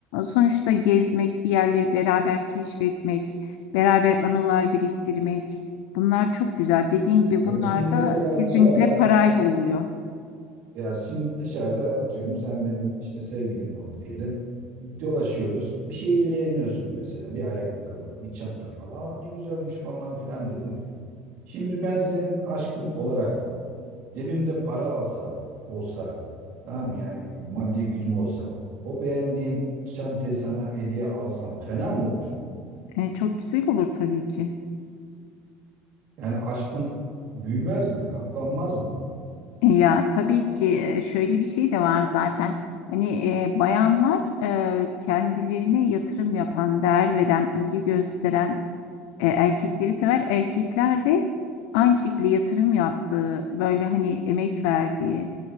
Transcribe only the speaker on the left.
Sonuçta gezmek, bir yerleri beraber keşfetmek, beraber anılar biriktirmek. Bunlar çok güzel. Dediğin gibi
bunlar
da kesinlikle
parayla oluyor.
E, çok güzel olur tabii ki.
E, ya tabii ki e, şöyle bir şey de var zaten. Hani e, bayanlar e, kendilerine yatırım yapan, değer veren, ilgi gösteren e, erkekleri sever. Erkekler de aynı şekilde yatırım yaptığı, böyle hani emek verdiği